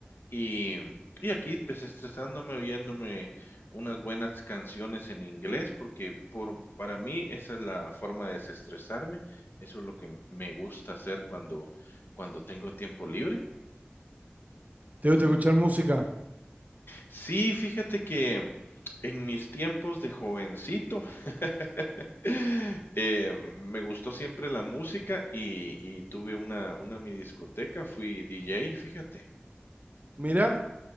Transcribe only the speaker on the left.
Y, y aquí desestresándome, oyéndome unas buenas canciones en inglés, porque por, para mí esa es la forma de desestresarme. Eso es lo que me gusta hacer cuando, cuando tengo tiempo libre.
Sí, fíjate que en mis tiempos de jovencito <laughs> eh, me gustó siempre la música y, y tuve una, una mi discoteca, fui DJ, fíjate.